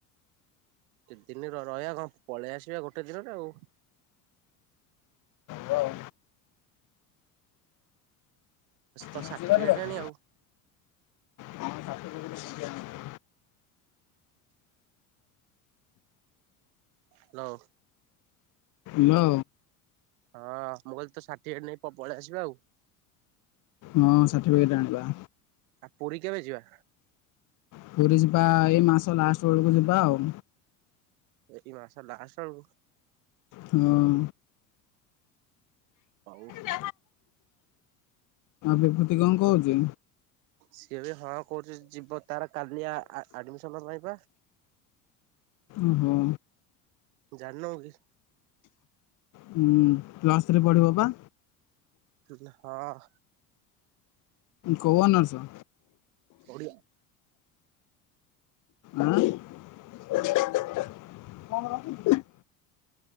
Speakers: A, on the right; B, on the left.
A: କେତେ ଦିନ ରହିବା କଣ? ପଳେଇ ଆସିବା ଗୋଟେ ଦିନରେ ଆଉ।
B: ହଉ ଆଉ
A: ତ
B: ଭୋଜି
A: ସାର୍ଟିଫିକେଟ
B: କରିବା କି?
A: ଆଣି ଆଉ
B: ହଁ ସାତକୁ ଗୋଟେ ଭୋଜି ଆଣିବା।
A: ହାଲୋ
B: ଲୋ
A: ହଁ ମୁଁ କହିଲି ତ ସାର୍ଟିଫିକେଟ ନେଇ ପଳେଇ ଆସିବା ଆଉ।
B: ହଁ ସାର୍ଟିଫିକେଟ ଆଣିବା।
A: ଆ ପୁରୀ କେବେ ଯିବା?
B: ପୁରୀ ଯିବା, ଏଇ ମାସ ଲାଷ୍ଟ ବେଳକୁ ଯିବା ଆଉ।
A: ଏଇ ମାସ ଲାଷ୍ଟ ଆଳୁ।
B: ହୁଁ ଉ
A: ହଉ।
B: ଆ ବିଭୂତି କଣ କହୁଛି?
A: ସିଏ ବି ହଁ କରୁଛି, ଯିବ ତାର କାଲି ଆ ଆ ଆଡମିସନ ପାଇଁ ପା।
B: ଓହୋ।
A: ଜାଣି ନଉ କି?
B: ହୁଁ ଉଁ ପ୍ଲସ ଥ୍ରୀ ପଢିବ ପା?
A: ହଁ ଅ
B: କୋଉ ଅନର୍ସ?
A: ଓଡିଆ।
B: ଆଁ <inaudible> କଣ କରନ୍ତି କି?